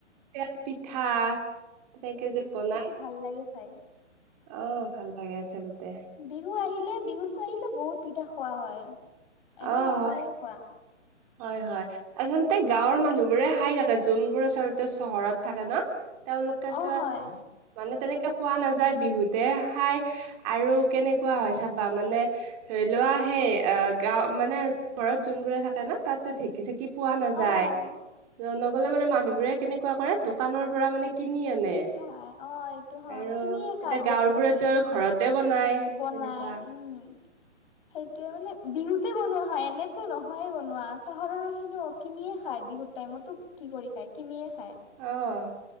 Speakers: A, on the right; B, on the left.
A: তেল পিঠা। এনেকে যে
B: উম
A: বনাই।
B: সেইটো ভাল লাগে খাই।
A: অ' ভাল লাগে আচলতে।
B: বিহু আহিলে, বিহুতো আহিলে বহুত পিঠা খোৱা হয়। এনে
A: অ'
B: নহয়ে
A: হয়,
B: খোৱা
A: হয় হয়। আচলতে গাঁৱৰ মানুহবোৰে সাই থাকে যোনবোৰ আচলতে চহৰত থাকে ন তেওঁলোকেতো,
B: অ হয়
A: মানে তেনেকে খোৱা নাযায় বিহুতে সাই। আৰু কেনেকুৱা হয় চাবা মানে ধৰি লোৱা সেই অ গাওঁ মানে ঘৰত যোনবোৰে থাকে ন তাতো ঢেঁকি-চেঁকি পোৱা নাযায়।
B: অ।
A: নগ'লে মানে মানুহবোৰে কেনেকুৱা কৰে দোকানৰ পৰা মানে কিনি আনে,
B: খাই অ এইটো হয়
A: আৰু
B: কিনিয়ে খাই
A: এতিয়া
B: বেছিভাগে
A: গাঁৱৰ বোৰেটো আৰু ঘৰতে বনাই।
B: বনাই
A: তেনেকুৱা
B: উম্। সেইটোৱে মানে বিহুতে বনোৱা হয় এনেতো নহয়ে বনোৱা, চহৰৰ খিনিও কিনিয়ে খায় বিহুৰ টাইমতো কি কৰি খায়? কিনিয়ে খায়।
A: অ',